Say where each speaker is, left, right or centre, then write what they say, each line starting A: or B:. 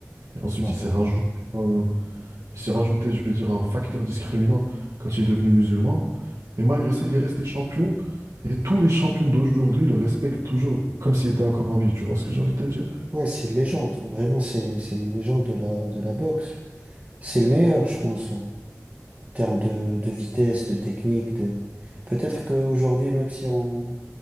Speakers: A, on the right (about 80°); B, on the right (about 30°).
A: Et ensuite,
B: Ouais,
A: il s'est
B: ouais,
A: rajouté,
B: ouais.
A: un- il s'est rajouté, je vais dire, un facteur discriminant quand il est devenu musulman. Et malgré ça, il est resté champion. Et tous les champions d'aujourd'hui le respectent toujours comme s'il était encore en vie. Tu vois ce que j'ai envie de te dire?
B: Ouais, c'est une légende. Vraiment, c'est, c'est une légende de la, de la boxe. C'est le meilleur, je pense, ouais. En termes de, de vitesse, de technique, de... Peut-être qu'aujourd'hui, même si on,